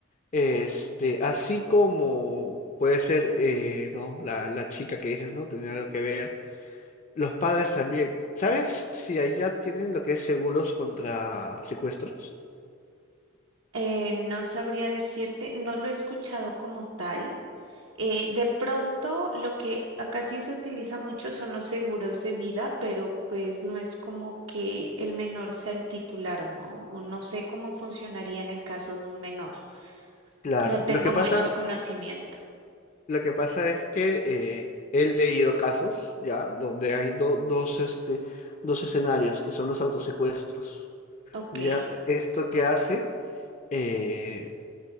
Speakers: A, on the left (about 35°); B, on the right (about 75°).
A: este, así como puede ser, eh, ¿no? La, la chica que dices, ¿no? Tenía algo que ver. Los padres también. ¿Sabes si allá tienen lo que es seguros contra secuestros?
B: Eh, no sabría decirte, no lo he escuchado como tal. Eh, de pronto, lo que acá sí se utiliza mucho son los seguros de vida, pero pues no es como que el menor sea el titular, ¿no? O No sé cómo funcionaría en el caso de un menor.
A: Claro.
B: No tengo
A: Lo que
B: mucho
A: pasa...
B: conocimiento.
A: Lo que pasa es que eh, he leído casos ya donde hay do- dos, este, dos escenarios que son los autosecuestros.
B: Ok.
A: Ya, esto que hace, eh,